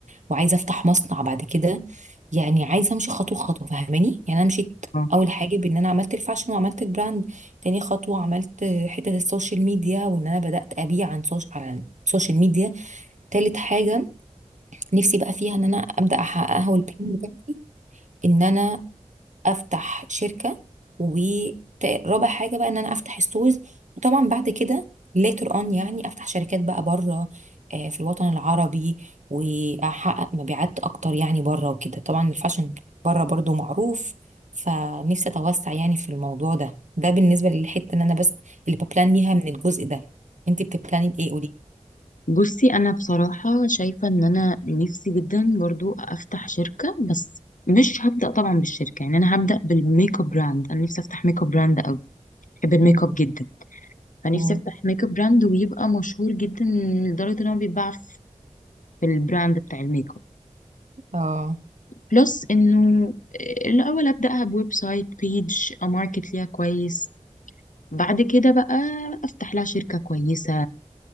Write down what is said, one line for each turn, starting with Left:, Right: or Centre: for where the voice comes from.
Right: وعايزه افتح مصنع بعد كده يعني عايزه امشي خطوه خطوه فاهماني يعني انا مشيت
Left: اه
Right: اول حاجه بان انا عملت الفاشن وعملت البراند تاني خطوه عملت حته السوشيال ميديا وان انا بدات ابيع عن سوش... على السوشيال ميديا تالت حاجه نفسي بقى فيها ان انا ابدا احققها والبلان بتاعتي ان انا افتح شركه ورابع حاجه بقى ان انا افتح ستورز وطبعا بعد كده later on يعني افتح شركات بقى بره آه، في الوطن العربي واحقق مبيعات اكتر يعني بره وكده طبعا الفاشن بره برضو معروف فنفسي اتوسع يعني في الموضوع ده ده بالنسبه للحته ان انا بس اللي ببلان ليها من الجزء ده انت بتبلاني ايه قولي
Left: بصي انا بصراحه شايفه ان انا نفسي جدا برضو افتح شركه بس مش هبدا طبعا بالشركه يعني انا هبدا بالميك اب براند انا نفسي افتح ميك اب براند قوي بحب الميك
Right: مم.
Left: اب جدا فنفسي
Right: مم.
Left: افتح ميك اب براند ويبقى مشهور جدا لدرجه ان هو بيتباع في البراند بتاع الميك اب
Right: اه
Left: بلس انه آه، الاول ابداها بويب سايت بيج اماركت ليها كويس بعد كده بقى افتح لها شركه كويسه